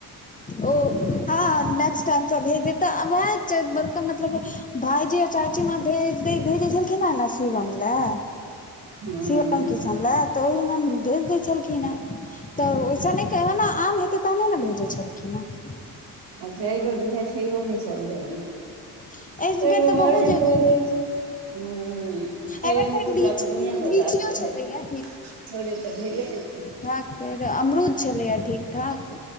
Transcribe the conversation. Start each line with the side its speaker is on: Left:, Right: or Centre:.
Left: ओ हँ नेक्सट टाईम से भेज देब, तऽ वैह छैह बरका मतलब भाईजी और चाचीमाॅं भेजे द भेजै छलखिन हैं ने शिवम लऽ।
Right: हँ
Left: शिवम, किशन लैऽ। तऽ ओहिमे भेज दै छलखिन हेँ, तऽ ओएसे निक तऽ ओना आम हेतै तहने ने भेजै छलखिन हे।
Right: अच्छा एहिबेर बुझाइया छैहियो नै सब जगह।
Left: हे एहि
Right: <inaudible>
Left: बेर तऽ बहुत जगह
Right: हुं तैयो
Left: एहिबेर फेर
Right: हे तोरा
Left: लीची
Right: तऽ दुनिआ के
Left: लीचियो
Right: गाछ छै,
Left: छलैया
Right: थोड़े तऽ भेले हेतौ।
Left: हं फेर अमरुद छलैया ठीक-ठाक।